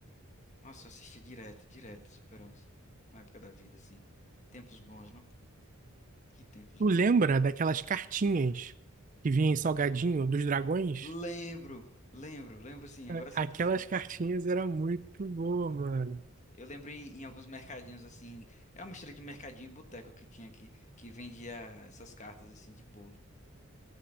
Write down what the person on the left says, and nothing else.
Nossa, eu assistia direto, direto, Super 11. Uma época da vida, assim. Tempos bons, não? Que tempos
bons.
Lembro, lembro, lembro sim, agora
você
puxou.
Eu lembrei em em alguns mercadinhos assim, é uma mistura de mercadinho e boteco que tinha aqui, que vendia essas cartas assim de bolo.